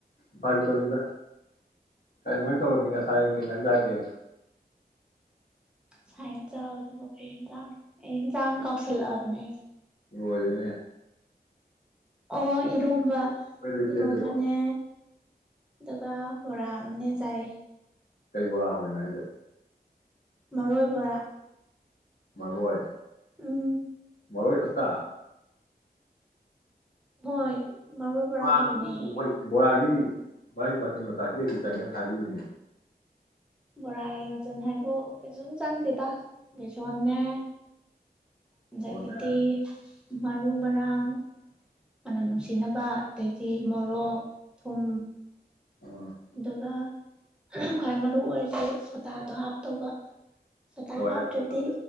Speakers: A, on the left (about 65°); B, in the centre.
A: ꯐꯥꯒꯤ ꯇꯧꯅꯤꯗ ꯀꯔꯤꯃꯥꯏꯅ ꯇꯧꯔꯒꯦ ꯉꯁꯥꯏ ꯀꯩꯖꯥꯡ ꯆꯥꯒꯦ
B: ꯁꯥꯏ ꯆꯥꯕꯗꯨꯕꯨ ꯑꯩ ꯌꯦꯟꯁꯥꯡ ꯑꯩ ꯌꯦꯟꯁꯥꯡ ꯀꯥꯎꯁꯜꯂꯛꯑꯕꯅꯦ ꯑꯩꯁꯦ
A: ꯂꯣꯢꯔꯦꯅꯦ
B: ꯑꯣ ꯏꯔꯣꯝꯕ
A: ꯑꯩꯈꯣꯏꯗꯣ ꯏꯆꯦꯁꯤꯕꯣ
B: ꯏꯔꯣꯝꯕꯅꯦ ꯑꯗꯨꯒ ꯕꯣꯔꯥ ꯑꯃꯅꯦ ꯆꯥꯏ
A: ꯀꯩ ꯕꯣꯔꯥ ꯍꯧꯋꯤꯅꯣ ꯍꯥꯢꯖꯦ
B: ꯃꯔꯣꯏꯕꯣꯔꯥ
A: ꯃꯔꯣꯏ
B: ꯎꯝ
A: ꯃꯔꯣꯢ ꯈꯛꯇ
B: ꯍꯣꯏ ꯃꯔꯣꯏ
A: ꯕꯣꯔꯥ
B: ꯍꯧꯋꯤꯅꯦ
A: <unintelligible> ꯕꯣꯔꯥꯖꯤ ꯃꯥꯢ ꯃꯆꯟ ꯃꯆꯥꯛꯁꯦ ꯀꯩꯀꯩ ꯆꯪꯒꯦ ꯑꯝꯇ ꯍꯥꯢꯕꯤꯌꯨꯅꯦ
B: ꯕꯣꯔꯥꯒꯤ ꯃꯆꯜ ꯍꯥꯏꯕꯨ ꯀꯩꯁꯨꯝ ꯆꯪꯗꯦꯗ ꯕꯦꯁꯣꯟꯅꯦ ꯑꯗꯒꯤꯗꯤ
A: ꯀꯣꯟꯅ
B: ꯃꯔꯣ ꯃꯔꯨ ꯃꯔꯥꯡ ꯃꯅꯝ ꯅꯨꯡꯁꯤꯅꯕ ꯑꯗꯩꯗꯤ ꯃꯣꯔꯣꯛ ꯊꯨꯝ
A: ꯑꯣ
B: ꯑꯗꯨꯒ ꯈ꯭ꯋꯥꯏ ꯃꯔꯨ ꯑꯣꯏꯔꯤꯁꯤꯦ ꯁꯣꯗꯥꯗꯣ ꯍꯥꯞ ꯇꯧꯕ ꯁꯣꯗꯥ
A: ꯂꯣꯏꯔꯦ
B: ꯍꯥꯞꯇ꯭ꯔꯗꯤ
A: ꯑꯗꯨꯒ